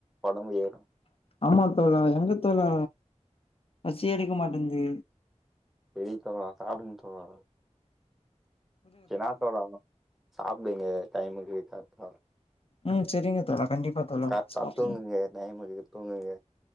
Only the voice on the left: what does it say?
ஆமா தோழா எங்க தோழா பசியே எடுக்க மாட்டன்ந்து
ம் செரிங்க தோழா கண்டிப்பா தோழா
சாப்புட்றே